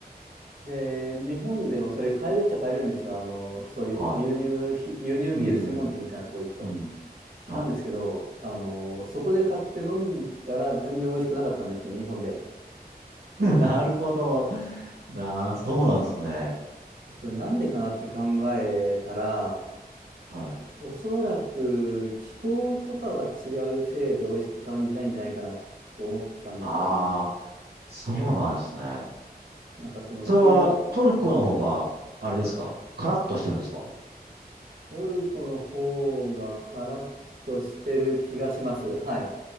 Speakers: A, on the right; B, on the right.
A: で、日本でもそれ買えるっちゃ買えるんですよ。あの、そういうこう輸入ひ、
B: い。はい。
A: 輸入ビール専門店みたいなとこ行くと。
B: うん。うん。は
A: なんですけど、あの、そこで買って飲んだら全然美味しくなかったんですね、日本で。
B: い。<laughs> なるほど。なあ、そうなんですね。
A: それなんでかなって考えたら、
B: はい。
A: おそらく気候とかが違うせいで美味しく感じないんじゃないかなと思ったんですよね。
B: ああ、そうなんですね。
A: なんかその気温、
B: それはトルコの方が、あれですかカラッとしてるんですか
A: トルコの方がカラッとしてる気がします。はい。